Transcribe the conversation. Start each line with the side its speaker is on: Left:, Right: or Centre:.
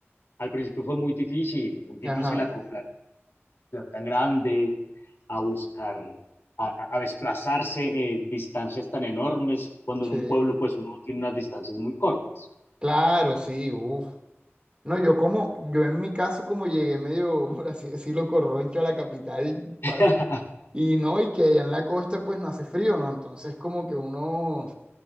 Left: Al principio fue muy difícil, muy difícil
Right: ajá,
Left: acoplar ciudad tan grande, a buscar, a, a a desplazarse eh, distancias tan enormes, cuando
Right: sí.
Left: en un pueblo pues uno tiene unas distancias muy cortas.
Right: Claro, sí, uff. No, yo como, yo en mi caso como llegué medio, <laughs> por así decirlo, corroncho a la capital
Left: <laughs>
Right: pa- y no, y que allá en la costa pues no hace frío, ¿no? Entonces como que uno,